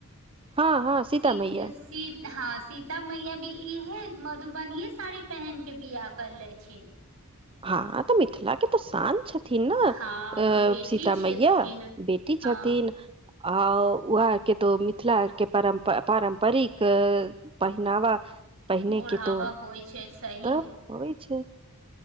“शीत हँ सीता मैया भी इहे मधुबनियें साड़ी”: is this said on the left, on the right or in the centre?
Right